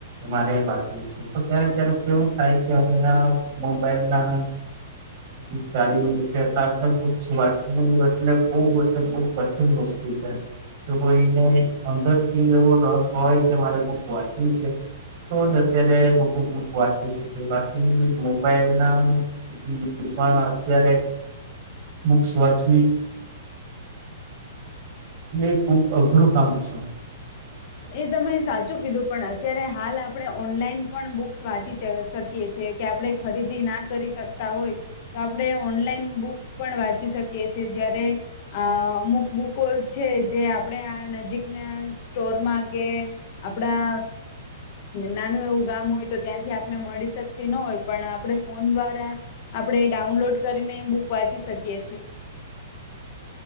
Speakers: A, on the right; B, on the left.
A: મારે વાત છે તો ક્યારે ક્યારેક કેવું થાય કે અમે આ મોબાઈલ ના. ચાલી છે એટલે આપણે બુ શું એટલે બ એટલે બ કઠિન વસ્તુ છે જો કોઈને અંદરથી એવો રસ હોય કે મારે વાંચ્યું છે તો જ અત્યારે લોકો બુક વાંચી શકે બાકી મોબાઈલ નામાં અત્યારે બક્સ વાંચવી એ ખુબ અઘરું કામ છે.
B: એ તમે સાચું કીધું પણ અત્યારે હાલ આપણે ઓનલાઈન પણ બુક્સ વાંચી શકીએ છેએ કે આપણે ખરીદી ના કરી શકતા હોય તો આપણે ઓનલાઈન બુક પણ વાંચી શકીએ છે જયારે અમુક બુકો છે જે આપણે આ નજીકના સ્ટોરમાં કે આપડા નાનું એવું ગામ હોય તો ત્યાંથી આપને મળી શકતી ન હોય. પણ આપણે ફોન દ્વારા આપણે ડાઉનલોડ કરીને બુક વાંચી શકીએ છે.